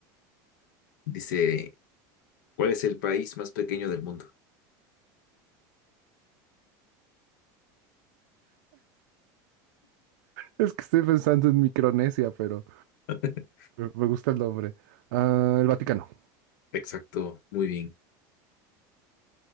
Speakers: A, on the left (about 80°); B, on the right (about 80°).
A: Dice, ¿cuál es el país más pequeño del mundo?
B: Es que estoy pensando en Micronesia, pero
A: <laughs>
B: me, me gusta el nombre. Ah, el Vaticano.
A: Exacto, muy bien.